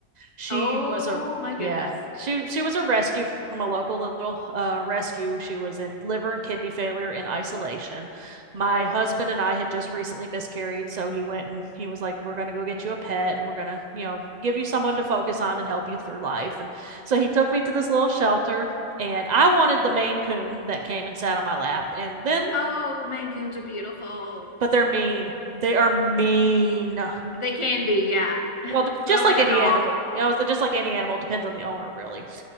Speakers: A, on the right; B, on the left.
A: She
B: Oh
A: was a
B: my goodness.
A: yeah. She she was a rescue from a local little uh rescue. She was in liver and kidney failure in isolation. My husband and I had just recently miscarried, so he went and he was like, "We're gonna go get you a pet, and we're gonna you know give you someone to focus on and help you through life." And so he took me to this little shelter, and I wanted the Maine Coon that came and sat on my lap, and then
B: Oh, Maine Coons are beautiful.
A: but they're mean. They are mean.
B: They can be, yeah.
A: Well, just
B: They're like
A: like
B: a
A: any
B: dog.
A: animal, you know, it's just like any animal depends on the owner, really.